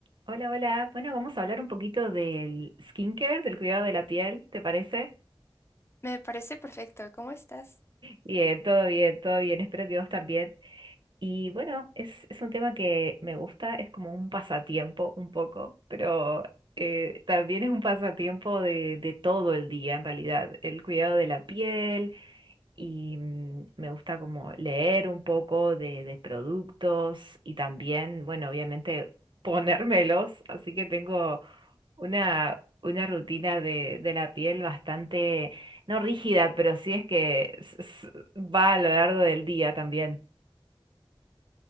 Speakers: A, on the right; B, on the left.
A: Hola, hola. Bueno, vamos a hablar un poquito del skincare, del cuidado de la piel, ¿te parece?
B: Me parece perfecto. ¿Cómo estás?
A: Bien, todo bien, todo bien. Espero que vos también. Y bueno, es, es un tema que me gusta, es como un pasatiempo un poco, pero eh, también es un pasatiempo de, de todo el día en realidad. El cuidado de la piel, y mm, me gusta como leer un poco de, de productos y también, bueno, obviamente <laughs> ponérmelos, así que tengo una, una rutina de, de la piel bastante, no rígida, pero sí es que s- s- va a lo largo del día también.